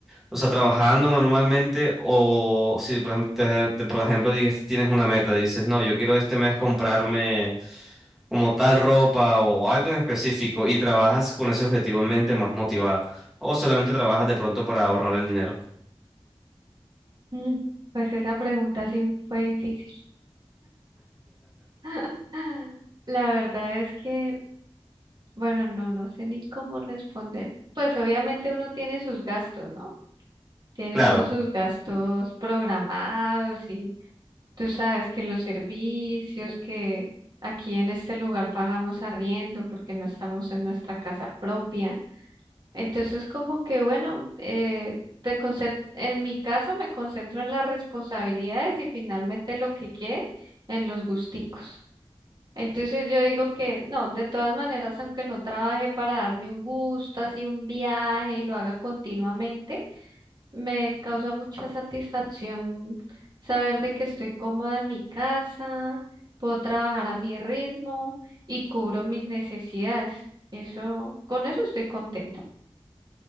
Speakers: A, in the centre; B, on the right.
A: o sea, trabajando normalmente o si, por ejemplo, te- te- por ejemplo, dices- tienes una meta, dices, no, yo quiero este mes comprarme como tal ropa o algo en específico y trabajas con ese objetivo en mente más motivada o solamente trabajas de pronto para ahorrar el dinero.
B: Mm, Pues esa pregunta sí fue difícil. <laughs> La verdad es que, bueno, no, no sé ni cómo responder. Pues obviamente uno tiene sus gastos, ¿no? Tiene
A: Claro,
B: uno sus gastos programados y tú sabes que los servicios que aquí en este lugar pagamos arriendo porque no estamos en nuestra casa propia. Entonces, como que bueno, eh, te concent- en mi caso me concentro en las responsabilidades y finalmente lo que quede en los gusticos. Entonces yo digo que no, de todas maneras, aunque no trabaje para darme un gusto, así un viaje y lo haga continuamente, me causa mucha satisfacción saber de que estoy cómoda en mi casa, puedo trabajar a mi ritmo y cubro mis necesidades. Eso, con eso estoy contenta.